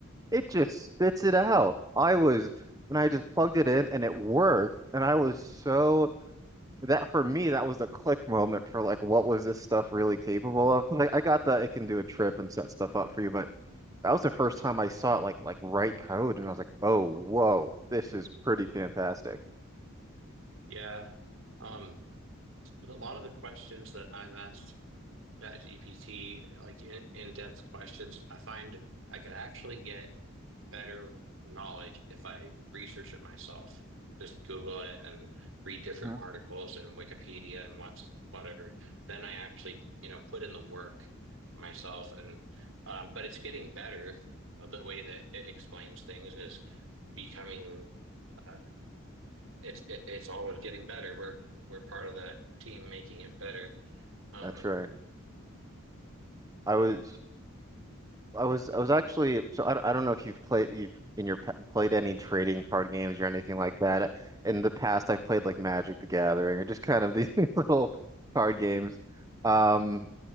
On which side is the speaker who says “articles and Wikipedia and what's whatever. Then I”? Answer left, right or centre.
Right